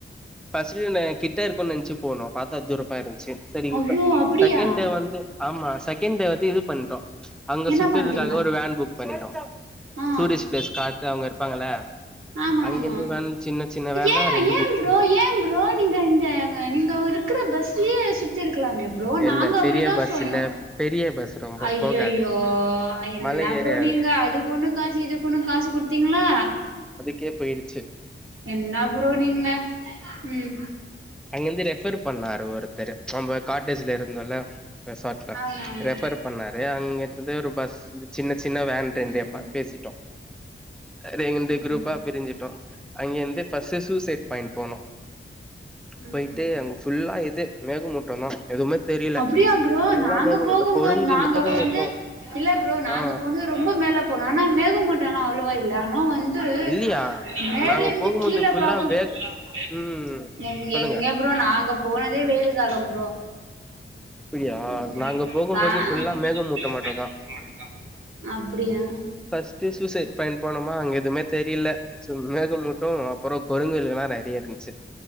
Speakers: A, in the centre; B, on the right.
A: பசிக்குனே கிட்ட இருக்குனு நெனைச்சு போணோ பாத்த தூரமா இருந் சி சரி
B: ஐயோ
A: இப்ப
B: அப்டியா
A: செகண்ட் கிட்ட வந்து ஆமா செகண்டே வந்து இது பண்டோ அங்க
B: என்ன
A: சுத்துதுக்காக
B: பண்ட்டீங்க
A: ஒரு வேன் புக் பண்ணிட்டோ
B: ஆ
A: டூரிஸ்ட் பிளேஸ் காட்ட அவங்க இருப்பாங்கள
B: ஆமா
A: அங்கேந்தான்
B: ஆமா
A: சின்ன சின்ன வேண்டா
B: ஏ
A: ரெண்டு
B: ஏ
A: புக்
B: ப்ரோ
A: பண்ணிடோ
B: ஏ ப்ரோ நீங்க இந்த நீங்க இருக்கற பஸ்லயே சுத்தி இருக்கலாமே புரோ
A: இல்ல
B: நாங்க அப்டிதா
A: பெரிய பஸ்
B: சொன்னோ
A: இல்ல பெரிய பஸ் ரொம்ப
B: ஐயையோ
A: போகாது
B: என்ன
A: மல ஏறியாது
B: ப்ரோ நீங்க அக் அதுக் ஒன்னு இதுக் ஒன்னு காசு இதுக்கு ஒன்னு காசு குடுத்தீங்ளா
A: கே போயிடுச்சி
B: என்னா புரோ நீங்க ம்
A: அங்கிருந்து ரெஃபர் பண்ணாரு ஒருத்தரு நம்ம காட்டேஜ்ல இருந்தல்ல ரெசார்ட்ல
B: ஆமா ஆமா
A: ரெஃபர் பண்ணாரு அங்க இருந்த ஒரு பஸ் சின்ன சின்ன வேன் டென்டேப்பா
B: ம்
A: பேசிட்டோ ரெண்டு
B: ம்
A: குரூப்பா பிரிஞ்டோ அங்கிருந்து பர்ஸ்ட்டு சூசைட் பாயிண்ட் போனோ போயிட்டு
B: ம்
A: அங்க புல்லா இது மேகமூட் டமா எதுவுமே தெரியில
B: அப்டியா ப்ரோ
A: புல்லா
B: நாங்க
A: மேகமூட்டம்
B: போகும்போது
A: கொருஞ்சி
B: நாங்க
A: மேகமூட்டோ
B: வந்து இல்ல ப்ரோ நாங்க
A: ஆ
B: போனது ரொம்ப மேல போனோ ஆனா மேகமூட்டல்லா அவ்ளோ இல்ல ஆனா வந் து
A: இல்லியா
B: மேல
A: நாங்க
B: இருந்து
A: போகும்போது
B: கீழ
A: ஃபுல்லா
B: பாக்க <unintelligible>
A: வேக் ம் சொல்லுங்க
B: ப்ரோ நாங்க போனதே வெயில் காலம் ப்ரோ
A: அப்டியா
B: <unintelligible>
A: நாங்க போகும்போது ஃபுல்லா மேகமூட்ட மட்டுந்தா
B: அப்டியா
A: ஃபர்ஸ்ட் சூசைட் பாயிண்ட் போனோமா அங்க எதுவுமே தெரியல மேகமூட்டோ அப்புறோ கொருங்குகள்லா நெறைய இருந்துச்சு